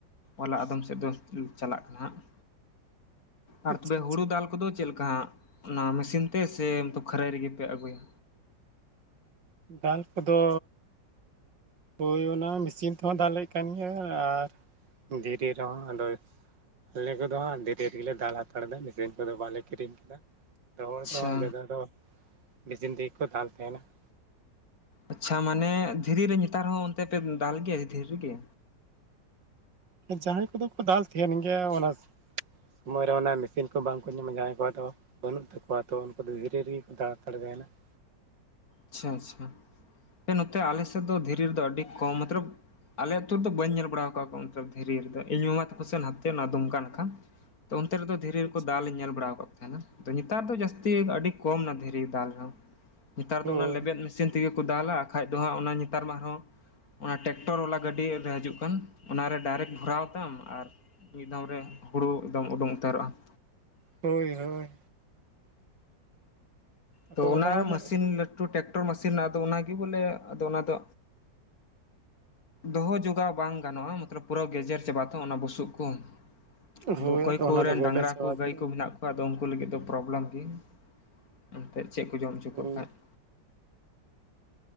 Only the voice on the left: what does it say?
ᱚᱞᱟ ᱟᱫᱚᱢ ᱥᱮᱫ ᱫᱚ ᱪᱟᱞᱟᱜ ᱠᱟᱱᱟ ᱦᱟᱜ ᱾ ᱟᱨ
ᱛᱚᱵᱮ
ᱦᱩᱲᱳ ᱫᱟᱞ ᱠᱚᱫᱚ ᱪᱮᱫᱽ ᱞᱮᱠᱟ ᱦᱟᱜ, ᱚᱱᱟ ᱢᱮᱥᱤᱱ ᱛᱮ ᱥᱮ ᱠᱷᱟᱹᱨᱟᱹᱭ ᱨᱮᱜᱮᱯᱮ ᱟᱹᱜᱩᱭᱟ?
ᱟᱪᱪᱷᱟ
ᱟᱪᱪᱷᱟ ᱢᱟᱱᱮ ᱫᱷᱤᱨᱤ ᱨᱮ ᱱᱮᱛᱟᱨ ᱦᱚᱸ, ᱚᱱᱛᱮ ᱯᱮ ᱫᱟᱞ ᱜᱮᱭᱟ ᱫᱷᱤᱨᱤ ᱨᱮᱜᱮ?
ᱟᱪᱪᱷᱟ ᱟᱪᱪᱷᱟ, ᱟᱞᱮ ᱱᱚᱛᱮ ᱟᱞᱮᱥᱮᱫ ᱫᱚ ᱫᱷᱤᱨᱤ ᱨᱮᱫᱚ ᱟᱹᱰᱤ ᱠᱚᱢ ᱢᱟᱛᱨᱚ ᱾ ᱟᱞᱮ ᱟᱹᱛᱩ ᱨᱮᱫᱚ ᱵᱟᱹᱧ ᱧᱮᱞ ᱵᱟᱲᱟ ᱠᱟᱜ ᱠᱚᱣᱟ ᱠᱚ ᱾ ᱚᱱᱠᱟ ᱫᱷᱤᱨᱤ ᱨᱮᱫᱚ, ᱤᱧ ᱢᱟᱢᱟ ᱛᱟᱠᱚ ᱥᱮᱱ ᱦᱟᱱᱛᱮ ᱱᱚᱣᱟ ᱫᱚᱩᱢᱠᱟ ᱱᱟᱠᱷᱟ ᱾ ᱛᱚ ᱚᱱᱛᱮ ᱨᱮᱫᱚ ᱫᱷᱤᱨᱤ
ᱨᱮᱠᱚ ᱫᱟᱞᱤᱧ ᱧᱮᱞ ᱵᱟᱲᱟ ᱠᱟᱫ ᱠᱚ ᱛᱟᱦᱮᱸᱱᱟ ᱾ ᱟᱫᱚ ᱱᱮᱛᱟᱨ ᱫᱚ ᱡᱟᱹᱥᱛᱤ, ᱟᱹᱰᱤ ᱠᱚᱢ ᱱᱟ ᱫᱷᱤᱨᱤ ᱫᱟᱞᱦᱚᱸ ᱾ ᱱᱮᱛᱟᱨ
ᱫᱚ ᱚᱱᱟ ᱞᱮᱵᱮᱫ ᱢᱮᱥᱤᱱ ᱛᱮᱜᱮ ᱠᱚ ᱫᱟᱞᱟ ᱾ ᱟᱠᱷᱟᱡ ᱫᱚ ᱦᱟᱸᱜ ᱚᱱᱟ ᱱᱮᱛᱟᱨ ᱢᱟ ᱟᱨᱦᱚᱸ, ᱚᱱᱟ ᱴᱮᱠᱴᱚᱨ ᱵᱟᱞᱟ ᱜᱟᱹᱰᱤ ᱨᱮ ᱦᱤᱡᱩᱜ ᱠᱟᱱ ᱾ ᱚᱱᱟᱨᱮ ᱰᱟᱭᱨᱮᱠᱴ ᱵᱷᱚᱨᱟᱣᱛᱟᱢ ᱟᱨ, ᱢᱤᱜ ᱫᱷᱟᱣ ᱨᱮ ᱦᱩᱲᱩ ᱮᱠᱫᱚᱢ ᱩᱰᱩᱝ ᱩᱛᱟᱹᱨᱚᱜᱼᱟ ᱾
ᱛᱚ ᱚᱱᱟ
ᱢᱮᱥᱤᱱ
ᱞᱟᱹᱴᱩ ᱴᱨᱟᱠᱴᱚᱨ ᱢᱮᱥᱤᱱ ᱟᱫᱚ ᱚᱱᱟᱜᱮ ᱵᱚᱞᱮ ᱟᱫᱚ ᱚᱱᱟ ᱫᱚ, ᱫᱚᱦᱚ ᱡᱚᱜᱟᱣ ᱵᱟᱝ ᱜᱟᱱᱚᱜᱼᱟ ᱾ ᱢᱚᱛᱞᱚᱵ ᱯᱩᱨᱟᱹ ᱜᱮᱡᱮᱨ ᱪᱟᱵᱟ ᱟᱛᱚ ᱚᱱᱟ ᱵᱩᱥᱩᱵ ᱠᱚ ᱾ ᱟᱫᱚ
ᱚᱠᱚᱭ ᱠᱚᱨᱮᱱ
ᱰᱟᱝᱨᱟ
ᱠᱚ, ᱜᱟᱹᱭ
ᱠᱚ ᱢᱮᱱᱟᱜ ᱠᱚᱣᱟ ᱟᱫᱚ ᱩᱱᱠᱩ ᱞᱟᱹᱜᱤᱫ ᱫᱚ ᱯᱨᱚᱵᱞᱮᱢ ᱜᱮ ᱾ ᱮᱱᱛᱮᱜ ᱪᱮᱫ ᱠᱚ ᱡᱚᱢ ᱚᱪᱚ
ᱠᱚ ᱠᱷᱟᱡ ᱾